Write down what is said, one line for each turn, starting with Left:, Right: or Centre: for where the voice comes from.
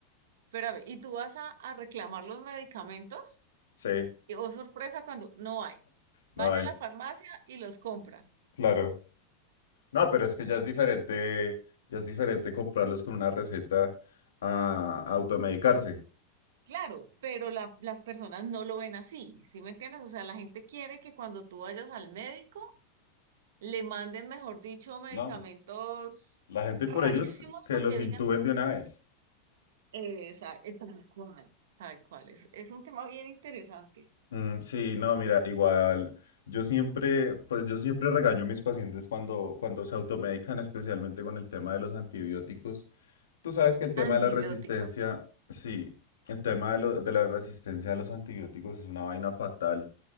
Right: espérame, y tú vas a, a reclamar los medicamentos,
Left: sí,
Right: y oh sorpresa cuando no hay. Vaya
Left: no hay.
Right: a la farmacia y los compra.
Left: Claro. No, pero es que ya es diferente, ya es diferente comprarlos con una receta a automedicarse.
Right: Claro, pero la- las personas no lo ven así, ¿sí me entiendes? O sea, la gente quiere que cuando tú vayas al médico le manden, mejor dicho, medicamentos
Left: No, la gente
Right: rarísimos
Left: por ellos que
Right: para
Left: los
Right: que
Left: intuben
Right: digan,
Left: de una vez.
Right: eh, o eh, tal cual, tal cual. Es, es un tema bien interesante.
Left: Mm, sí, no, mira, igual yo siempre, pues yo siempre regaño a mis pacientes cuando, cuando se automedican, especialmente con el tema de los antibióticos. Tú sabes que el tema
Right: Antibióticos,
Left: de la resistencia, sí, el tema de, lo- de la resistencia a los antibióticos es una vaina fatal.